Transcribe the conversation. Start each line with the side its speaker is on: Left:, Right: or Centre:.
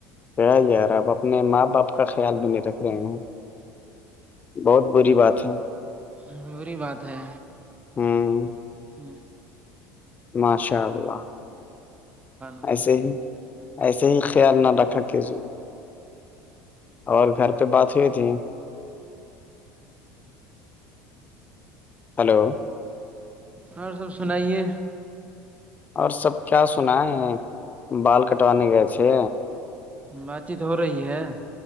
Left: کیا یار آپ اپنے ماں باپ کا خیال بھی نہیں رکھ رہے ہیں بہت بری بات ہے
Right: ہ بری بات ہے
Left: ہوں
Right: ہ
Left: ماشاء اللہ
Right: اللہ
Left: ایسے ہی ایسے ہی خیال نہ رکھا کیجیے اور گھر پہ بات ہوئی تھی ہلو
Right: اور سب سنائیے
Left: اور سب کیا سنائے بال کٹوانے گئے تھے
Right: بات چیت ہو رہی ہے